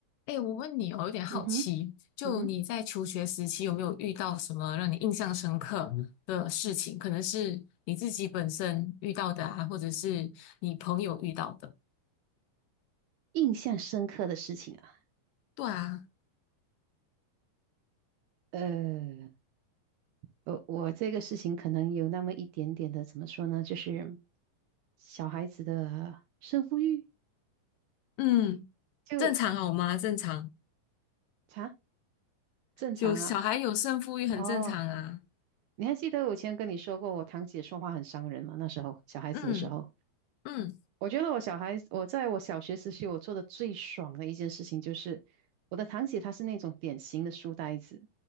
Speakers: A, on the left; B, on the right.
A: 哎，我问你哦，有点好奇，
B: 嗯哼，
A: 就你在求学时期有没有遇到什么让你印象深刻嗯的事情？
B: 嗯哼，
A: 可能是你自己本身遇到的啊，或者是你朋友遇到的。
B: 印象深刻的事情啊，
A: 对啊，
B: 呃，我我这个事情可能有那么一点点的，怎么说呢，就是小孩子的胜负欲
A: 嗯，
B: 就
A: 正常好吗？正常，
B: 啊，正常啊。
A: 有小孩有胜负欲很正常啊。
B: 哦，你还记得我以前跟你说过，我堂姐说话很伤人吗？那时候小孩子的时候。
A: 嗯嗯
B: 我觉得我小孩，我在我小学时期，我做的最爽的一件事情就是，我的堂姐她是那种典型的书呆子，